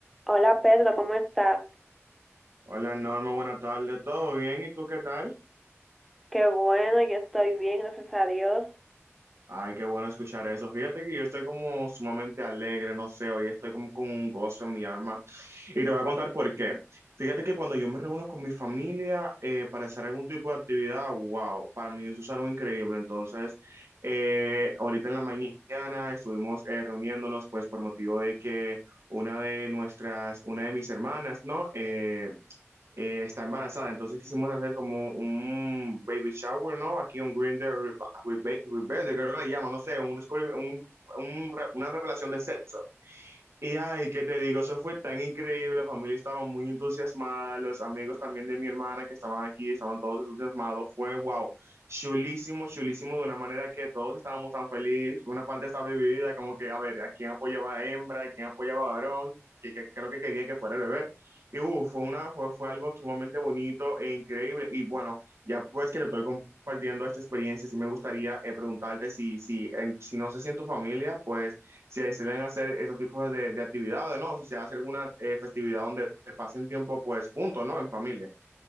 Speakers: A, in the centre; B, on the right.
A: Hola Pedro, ¿cómo estás?
B: Hola Norma, buenas tardes, ¿todo bien? ¿Y tú qué tal?
A: Qué bueno, yo estoy bien, gracias a Dios.
B: Ay, qué bueno escuchar eso. Fíjate que yo estoy como sumamente alegre, no sé, hoy estoy como con un gozo en mi alma. Y te voy a contar por qué. Fíjate que cuando yo me reúno con mi familia eh, para hacer algún tipo de actividad, wow, para mí eso es algo increíble. Entonces, eh, ahorita en la mañana estuvimos eh, reuniéndonos pues por motivo de que una de nuestras, una de mis hermanas, ¿no? Eh, eh, está embarazada. Entonces quisimos hacer como un baby shower, ¿no? Aquí un Grinder Rebelde, creo que le llaman, no sé, un, descubrimiento- un- un re- una revelación de sexo. Y ay, ¿qué te digo? Eso fue tan increíble, la familia estaba muy entusiasmada, los amigos también de mi hermana que estaban aquí, estaban todos entusiasmados, fue wow, chulísimo, chulísimo, de una manera que todos estábamos tan felices, una parte estaba dividida, como que, a ver, ¿a quién apoyaba a hembra? ¿A quién apoyaba a varón? ¿Qué, qué, qué es lo que querían que fuera el bebé? Y uh, fue, una, fue, fue algo sumamente bonito e increíble, y bueno, ya pues que te estoy compartiendo esta experiencia, sí me gustaría eh, preguntarte si, si, en- si no sé si en tu familia, pues si deciden hacer esos tipos de, de actividades, ¿no? Si se hace alguna eh, festividad donde pasen tiempo pues juntos, ¿no? En familia.